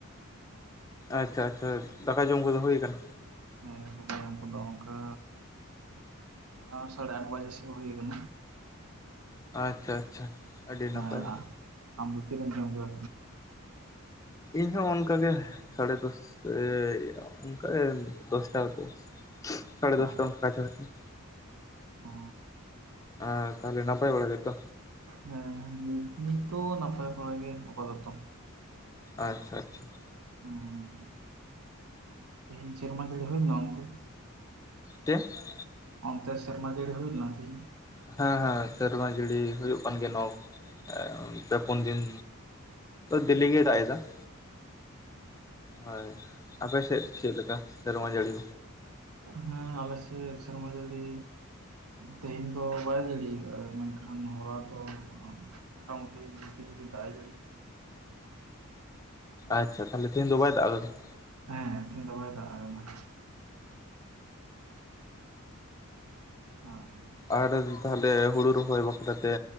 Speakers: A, on the left (about 15°); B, on the right (about 85°).
A: ᱟᱪᱪᱷᱟ ᱟᱪᱪᱷᱟ ᱟᱪᱪᱷᱟ ᱫᱟᱠᱟ ᱡᱚᱢ ᱠᱚᱫᱚ ᱦᱩᱭ ᱟᱠᱟᱱᱟ?
B: ᱦᱮᱸ, ᱫᱟᱠᱟ ᱡᱚᱢ ᱠᱚᱫᱚ ᱚᱱᱠᱟ ᱟ ᱥᱟᱲᱮ ᱟᱴ ᱵᱟᱡᱮ ᱥᱮᱫ ᱦᱩᱭ ᱟᱠᱟᱱᱟ ᱾
A: ᱟᱪᱪᱷᱟ ᱟᱪᱪᱷᱟ, ᱟᱹᱰᱤ ᱱᱟᱯᱟᱭ
B: ᱦᱮᱸ
A: ᱾
B: ᱟᱢ ᱫᱚ ᱛᱤ ᱨᱮᱢ ᱡᱚᱢ ᱠᱮᱫᱟ?
A: ᱤᱧ ᱦᱚᱸ ᱚᱱᱠᱟ ᱜᱮ, ᱥᱟᱲᱮ ᱫᱚᱥ ᱮ ᱚᱱᱠᱟ ᱜᱮ ᱫᱚᱥᱴᱟ ᱥᱮᱫ ᱾ ᱥᱟᱲᱮ
B: ᱚ
A: ᱫᱚᱥᱴᱟ ᱚᱱᱠᱟ ᱠᱟᱪᱷᱟ ᱠᱟᱪᱷᱤ ᱾
B: ᱚ
A: ᱟ ᱛᱟᱦᱚᱞᱮ ᱱᱟᱯᱟᱭ ᱵᱟᱲᱟ ᱜᱮᱛᱚ?
B: ᱦᱮᱸ ᱱᱤᱛ, ᱱᱤᱛ ᱫᱚ ᱱᱟᱯᱟᱭ ᱵᱟᱲᱟ ᱜᱮ ᱟᱯᱟᱛᱚᱛᱚ ᱾
A: ᱟᱪᱪᱷᱟ ᱟᱪᱪᱷᱟ ᱾
B: ᱦᱩᱸ ᱾ ᱛᱮᱦᱮᱧ ᱥᱮᱨᱢᱟ ᱡᱟᱹᱲᱤ ᱦᱩᱭ ᱞᱮᱱᱟ ᱚᱱᱛᱮ?
A: ᱪᱮᱤ <unintelligible>
B: ᱚᱱᱛᱮ ᱥᱮᱨᱢᱟ ᱡᱟᱹᱲᱤ ᱦᱩᱭ ᱞᱮᱱᱟ ᱠᱤ?
A: ᱦᱮᱸ ᱦᱮᱸ ᱥᱮᱨᱢᱟ ᱡᱟᱹᱲᱤ ᱦᱩᱭᱩᱜ ᱠᱟᱱ ᱜᱮᱭᱟ ᱱᱚᱼᱼ ᱮ ᱯᱮ ᱯᱩᱱ ᱫᱤᱱ, ᱫᱤᱞᱤ ᱜᱮ ᱫᱟᱜ ᱮᱫᱟ ᱾ ᱦᱳᱭ, ᱟᱯᱮ ᱥᱮᱫ ᱪᱮᱫ ᱞᱮᱠᱟ ᱥᱮᱨᱢᱟ ᱡᱟᱹᱲᱤ?
B: ᱦᱮᱸ ᱟᱞᱮ ᱥᱮᱫ ᱥᱮᱨᱢᱟ ᱡᱟᱹᱲᱤᱼᱼ ᱛᱮᱦᱮᱧ ᱫᱚ ᱵᱟᱭ ᱡᱟᱹᱲᱤ ᱟᱠᱟᱜᱼᱟ, ᱢᱮᱱᱠᱷᱟᱱ ᱦᱚᱞᱟ ᱫᱚᱼᱼ ᱢᱚᱴᱟ ᱢᱩᱴᱤ ᱡᱷᱤᱯᱤᱨ ᱡᱷᱤᱯᱤᱨ ᱫᱟᱜ ᱮ ᱡᱟᱹᱲᱤ <inaudible>
A: ᱟᱪᱪᱷᱟ ᱛᱟᱦᱚᱞᱮ ᱛᱮᱦᱮᱧ ᱫᱚ ᱵᱟᱭ ᱫᱟᱜ ᱮᱫᱟ ᱾
B: ᱦᱮᱸᱦᱮᱸ ᱛᱮᱦᱮᱧ ᱫᱚ ᱵᱟᱭ ᱫᱟᱜ ᱟᱠᱟᱫᱟ ᱾ <unintelligible>
A: ᱟᱨ ᱛᱟᱦᱞᱮ ᱦᱩᱲᱩ ᱨᱚᱦᱚᱭ ᱵᱟᱠᱷᱨᱟ ᱛᱮ,